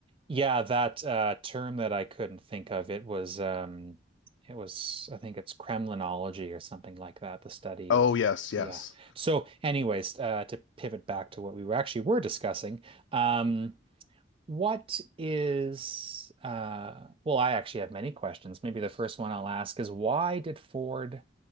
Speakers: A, on the right; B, on the left.
A: yeah, that uh, term that I couldn't think of, it was um, it was I think it's Kremlinology or something like that, the study
B: Oh
A: of
B: yes, yes.
A: yeah. So anyways, uh, to pivot back to what we were actually were discussing, um, What is, uh, well, I actually have many questions. Maybe the first one I'll ask is why did Ford